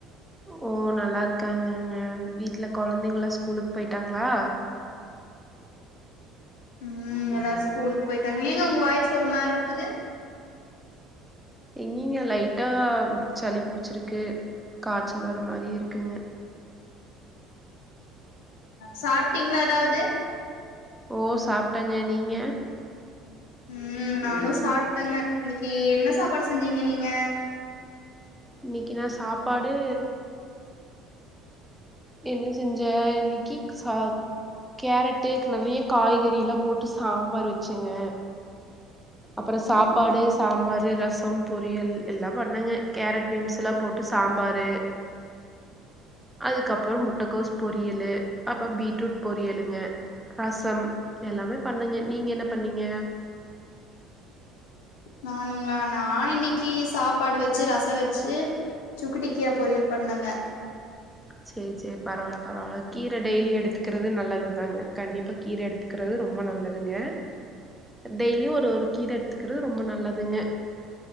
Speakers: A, in the centre; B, on the left (about 80°).
A: ஓ நல்லாருக்காங்கங்க வீட்டுல குழந்தைங்கள்லா ஸ்கூலுக் போய்ட்டாங்களா
B: உம் எல்லாரு ஸ்கூலுக்கு போயிட்டாங்க ஏங்க உங்க வாய்ஸ் ஒரு மாருரு க்குது
A: எங்கீங்க லை ட்டா சளி புடிச்சிருக்கு கா ச்சல் வர மாரியே இருக்குங்க
B: சாப்பிட்டீங்களா ஏதாவது
A: ஓ சாப்பிட்டங்க நீங்க
B: உம் நானு சா ப்டங்கா இன்னிக்கி என்ன சாப்பாடு செஞ்சீங்க நீங்க
A: இன்னிக்கி நா சாப்பாடு என்ன செஞ்ச இன்னிக்கி சா கேரட்டு கல வி காய்கறிலா போட்டு சாம்பார் வெச்சங்க அப்புறோ சாப்பாடு
B: ம்
A: சாம்பாரு ரச சம் பொரியல் எல்லா பண்ணாங்க கேரட் பீன்ஸ்லா போட்டு சாம்பாரு அதுக்கப் ஒரு மு கோஸ் பொரியல்லு அப்ப பீட்ரூட் பொரியலுங்க ரசம் எல்லாமே பண்ணங்க நீங்க என்ன பண்ணீங்க
B: நானுங்களா நானு இன்னிக்கி சாப்பாடு வெச்சு ரசோ வெச்சு சுக்கட்டி கீர பொரியல் பண்ணங்க
A: செரி செரி பரவால பரவால கீரை டெய்லி எடுத்துக்கிறது நல்லதுதாங்க கண்டிப்பா கீரை எடுத்துக்கிறது ரொம்ப நல்லதுங்க டெய்லியு ஒரு ஒரு கீர எடுத்துக்கறது ரொம்ப நல்லதுங்க